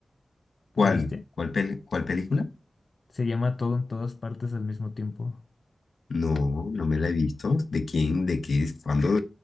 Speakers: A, on the left; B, on the left.
A: ¿La
B: ¿Cuál?
A: viste?
B: ¿Cuál, pel- cuál película?
A: Se llama Todo en todas partes al mismo tiempo.
B: No, no me la he visto. ¿De quién? ¿De qué es? ¿Cuándo,